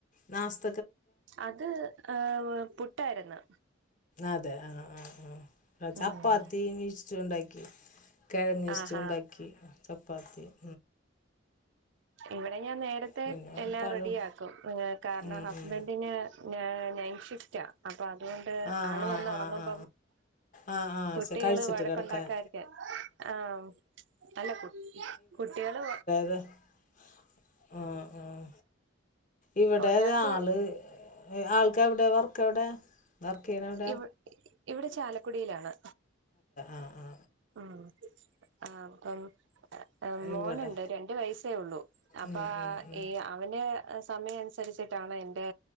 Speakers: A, on the left (about 40°); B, on the right (about 65°).
A: ന്നാസ്
B: അത് ആഹ് വേ പുട്ടാര്ന്നു
A: അതെ ആഹ് ആഹ് ആഹ് ആഹ് ചപ്പാത്തിയും
B: ഉം
A: ഇഷ്റ്റ്യൂ ഇണ്ടാക്കി. കെഴങ്ങ് ഇഷ്റ്റ്യൂ
B: ആഹാ
A: ഇണ്ടാക്കി. ചപ്പാത്തിയും
B: ഇവിടെ ഞാൻ നേരത്തെ
A: പിന്നെ
B: എല്ലാം
A: പഴം
B: റെഡിയാക്കും ങേ കാരണം
A: ഉം
B: ഹസ്ബൻഡിന്
A: ഉം
B: ഏ നൈറ്റ് ഷിഫ്റ്റാ ഹ പ്പ അതോണ്ട്
A: ആ
B: ആള്
A: ആ
B: വന്ന്
A: ആ
B: ഒറങ്ങുമ്പം
A: ആ ആ ആ ആ
B: കുട്ടികള്
A: ശ- കഴിച്ചിട്ട്
B: വഴക്കുണ്ടാക്കാതിരിക്കാൻ
A: കിടക്കാൻ
B: ആ അല്ല കുട്ട് കുട്ട്യാള്
A: ഉം ഉം ഇവിടെത
B: ഒരാൾക്ക്
A: ആള് ആൾക്കെവെടെ വർക്കെവെടെ വർക്കെയ്യ്ണെവിട
B: ഇവി ഇവിടെ ചാലക്കുടിയിലാണ്
A: ആ ആ
B: <inaudible> ഹ് മോനുണ്ട്
A: ഇവിടെ
B: രണ്ട് വയസ്സേ ഉള്ളൂ അപ്പാ
A: ഉം ഉം ഉം
B: ഈ അവന് സമയന്സരിച്ചിട്ടാണ് എന്റെ